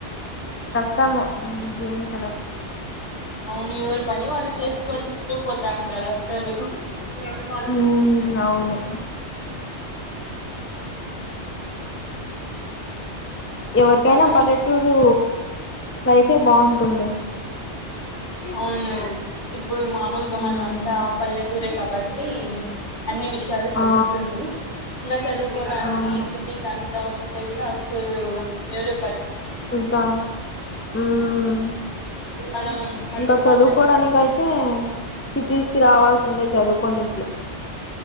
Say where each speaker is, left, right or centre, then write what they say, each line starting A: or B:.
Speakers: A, on the left; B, on the left.
A: కష్టం జీవించడం
B: అవునురు పని వాళ్ళు చేసుకుంటూ పో దండ రస్సలు రె కాల్
A: మ్మ్ అవును ఎవరికైనా
B: మరి
A: పల్లెటూరు లైఫే బాగుంటుంది
B: అవును ఇప్పుడు మామూలుగామన్
A: మ్మ్
B: అంతా పల్ెటూర క బండి ఉమ్. అన్ని విషయాలు తెలుస్తుంది
A: ఆ
B: ఇంకా చదువుకోనికి
A: అవును
B: సిటీ టై. <unintelligible> మీరు.
A: ఇంకా, ఉమ్
B: మనం అందుకు
A: ఇంకా చదువుకోడానికి
B: మనమే వంట చేసు
A: అయితే, సిటీస్ కి రావాల్సిందే, చదువుకోనికి.